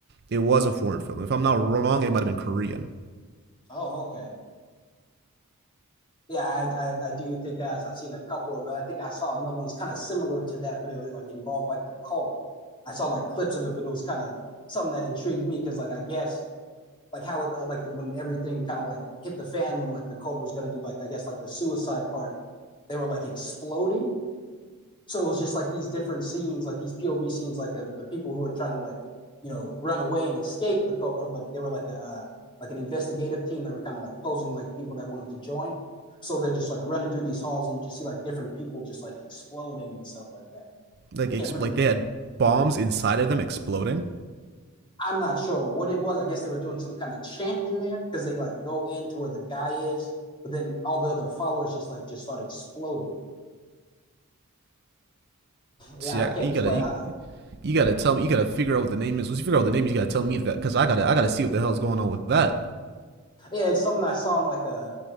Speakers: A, on the right (about 45°); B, on the left (about 20°).
A: It was a foreign film. If I'm not wrong, it might have been Korean.
B: Oh, okay. Yeah, I, I, I do think that I've seen a couple of those. I think I saw another one that's kind of similar to that, but it like involved like a cult. I saw like clips of it, but it was kind of something that intrigued me because like I guess like how it uh, like the, when everything kind of like hit the fan when like the cobra was going to do like i guess like the suicide part they were like exploding so it was just like these different scenes like these pov scenes like of the people who are trying to like you know run away and escape the cobra or like they were like a uh, like an investigative team that were kind of like posing like people that wanted to join so they're just like running through these halls and you just see like different people just like exploding and stuff like that
A: Like
B: i can't
A: ex-
B: remember
A: like they had bombs inside of them exploding.
B: I'm not sure what it was. I guess they were doing some kind of chant in there because they like go into where the guy is, but then all the other followers just like just start exploding. Yeah,
A: See,
B: I
A: I,
B: can't
A: you
B: explain.
A: gotta you,
B: I,
A: you gotta tell me. You gotta figure out what the name is. Once you figure out what the name is, you gotta tell me that because I gotta I gotta see what the hell's going on with that.
B: yeah, it's something I saw on like a,